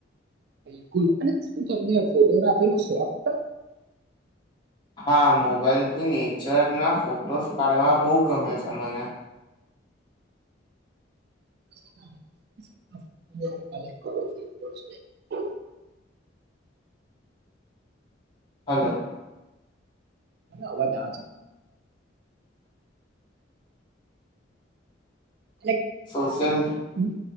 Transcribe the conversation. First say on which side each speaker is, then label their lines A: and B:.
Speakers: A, on the right (about 55°); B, on the left (about 25°).
A: <unintelligible> શું કરી ફોટોગ્રાફી નો શોખ છે?
B: હા મોબાઈલ થી નેચર ના ફોટોસ પાડવા બહુ ગમે છે મને. <inaudible>
A: <inaudible>
B: હાલો.
A: અવાજ આ એટલે
B: સોશિયલ
A: ક્યારેક હમ,